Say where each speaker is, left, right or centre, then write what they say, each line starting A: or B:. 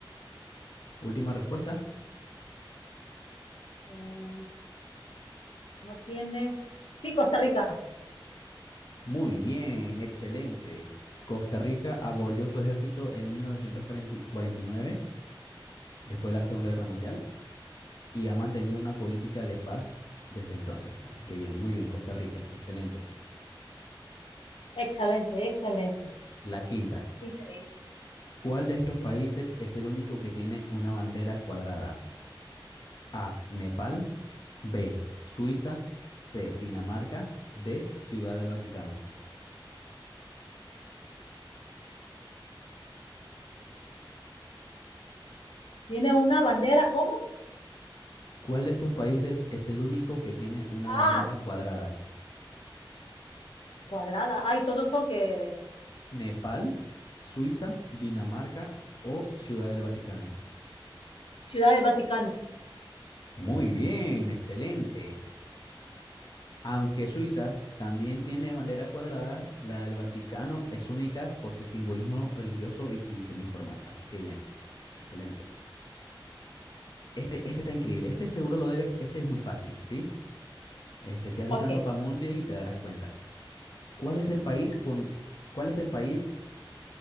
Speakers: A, on the left (about 50°); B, on the left (about 90°).
A: Última respuesta.
B: Eh, no tiene. Sí, Costa Rica.
A: Muy bien, excelente. Costa Rica abolió su ejército en 1949, después de la Segunda Guerra Mundial, y ha mantenido una política de paz desde entonces. Así que bien, muy bien, Costa Rica, excelente.
B: Excelente, excelente.
A: La quinta.
B: Increíble.
A: ¿Cuál de estos países es el único que tiene una bandera cuadrada? A, Nepal, B, Suiza, C, Dinamarca, D, Ciudad del Vaticano.
B: Tiene una bandera, ¿cómo?
A: ¿Cuál de estos países es el único que tiene una
B: Ah,
A: bandera cuadrada?
B: cuadrada. Ay, todos son que
A: ¿Nepal, Suiza, Dinamarca o Ciudad del Vaticano?
B: Ciudad del Vaticano.
A: Muy bien, excelente. Aunque Suiza también tiene bandera cuadrada, la del Vaticano es única por su simbolismo religioso y su diseño formal. Así que bien, excelente. Este, este está increíble. Este seguro lo debes, este es muy fácil, ¿sí? Este, si has visto
B: Ok,
A: el mapa mundi y te darás cuenta. ¿Cuál es el país con, cuál es el país